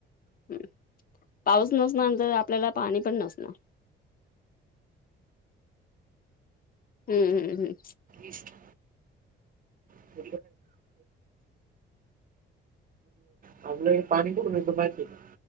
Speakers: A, on the left; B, on the right.
A: हम्, पाऊस नसणारंतर आपल्याला पाणी पण नसणार. हम्म हम्म हम.
B: ईस्ट <unintelligible> आपलं पाणी कुटून येत माहित आहे का?